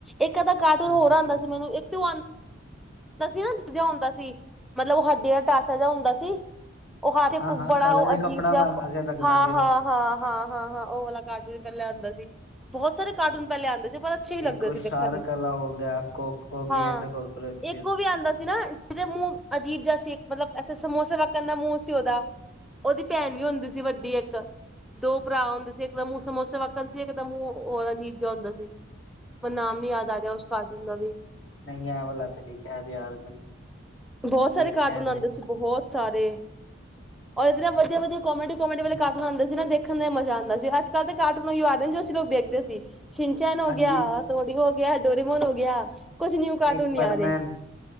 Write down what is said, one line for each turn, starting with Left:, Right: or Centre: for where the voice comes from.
Centre: ਇੱਕ ਅੱਧ ਕਾਰਟੂਨ
Left: ਹਾਂਜੀ
Centre: ਹੋਰ ਆਉਂਦਾ ਸੀ ਮੈਨੂੰ ਇੱਕ ਆਂ ਹੁੰਦਾ ਸੀ ਨਾ ਜੋ ਆਦਾ ਸੀ, ਮਤਲਬ ਉਹ ਹਾਡੇ ਤੱਕ ਸਜ਼ਾ ਹੁੰਦਾ ਸੀ ਉਹ ਹਥ ਇੱਕ
Left: ਹਾਂ-ਹਾਂ
Centre: ਬੜਾ
Left: ਕਾਲਾ
Centre: ਉਹ ਅਜੀਬ
Left: ਕੱਪੜਾ
Centre: ਜਿਹਾ
Left: ਅ ਰੱਖਦਾ
Centre: ਹਾਂ
Left: ਸੀ ਉਹ।
Centre: ਹਾਂ ਹਾਂ ਹਾਂ ਹਾਂ ਹਾਂ ਉਹ ਵਾਲਾ ਕਾਰਟੂਨ ਵੀ ਪਹਿਲਾ ਆਉਂਦਾ ਸੀ ਬਹੁਤ ਸਾਰੇ ਕਾਰਟੂਨ ਪਹਿਲੇ ਆਉਂਦੇ ਸੀ ਪਰ ਅੱਛੇ ਹੀ ਲੱਗਦੇ
Left: ਇੱਕ ਉਹ
Centre: ਸੀ ਦੇਖਣ
Left: ਸ਼ਾਰਕ
Centre: ਨੂੰ
Left: ਵਾਲਾ ਹੋ ਗਿਆ ਕੋਗੀ
Centre: ਹਾਂ
Left: ਐਂਡ ਕੋਕਰੋਚਿਸ।
Centre: ਇੱਕੋ ਓਵੀ ਆਂਦਾ ਸੀ ਨਾ ਜਿਹਦੇ ਮੂੰਹ ਅਜੀਬ ਜਿਆ ਸੀ ਇੱਕ ਮਤਲਬ ਸਮੋਸੇ ਵਕੱਣ ਦਾ ਮੂੰਹ ਸੀ ਓਦਾ, ਉਹਦੀ ਭੈਣ ਵੀ ਹੁੰਦੀ ਸੀ ਸੀ ਵੱਡੀ ਇੱਕ। ਦੋ ਭਰਾ ਹੁੰਦੇ ਸੀ ਇੱਕ ਦਾ ਮੂੰਹ ਸਮੋਸੇ ਵੱਕਣ ਸੀ ਇਕ ਦਾ ਮੁੰਹ ਔਰ ਅਜੀਬ ਜਿਆ ਹੁੰਦਾ ਸੀ। ਪਰ ਨਾਮ ਨੀ ਯਾਦ ਆ ਰਿਆ ਉਸ ਕਾਰਟੂਨ ਦਾ ਵੀ।
Left: ਨਈਂ ਐ ਵਾਲਾ ਤੇ ਨ੍ਈ ਸ਼ਾਇਦ ਯਾਦ ਮੈਨੂੰ।
Centre: ਬਹੁਤ ਸਾਰੇ
Left: ਵੇਖਿਆ
Centre: ਕਾਰਟੂਨ
Left: ਨੀ।
Centre: ਆਂਦੇ ਸੀ ਬਹੁਤ ਸਾਰੇ, ਔਰ ਇਹਦੇ ਨਾਲ ਵਧੀਆ-ਵਧੀਆ ਕੋਮੇਡੀ ਕਮੇਡੀ ਵੇਲੇ ਕਾਰਟੂਨ ਆਂਦੇ ਸੀ ਨਾ ਦੇਖਣ ਦਾ ਮਜ਼ਾ ਆਂਦਾ ਸੀ ਅੱਜ-ਕੱਲ ਦੇ ਕਾਰਟੂਨ ਉਹੀ ਓ ਆਗੇ ਨੇ ਜੋ ਅਸੀਂ ਲੋਕ ਦੇਖਦੇ ਸੀ। ਸ਼ਿਨਚੈਨ ਹੋ
Left: ਹਾਂਜੀ
Centre: ਗਿਆ, ਹਤੋੜੀ ਹੋ ਗਿਆ, ਡੋਰੀਮੋਨ ਹੋ ਗਿਆ ਕੁਛ ਨਿਊ ਕਾਰਟੂਨ
Left: ਇੱਕ
Centre: ਨੀ
Left: ਪਰਮੈਨ
Centre: ਆ ਰੇ।